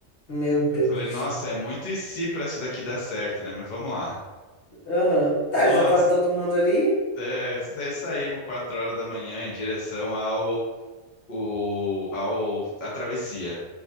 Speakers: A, on the left; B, on the left.
A: Meu Deus
B: Eu falei,
A: do
B: nossa,
A: céu.
B: é muito e se para isso daqui dar certo, né? Mas vamos lá.
A: Aham. Tá,
B: Nós
A: já tá todo mundo ali?
B: é, saímos quatro horas da manhã em direção ao, o, ao à travessia.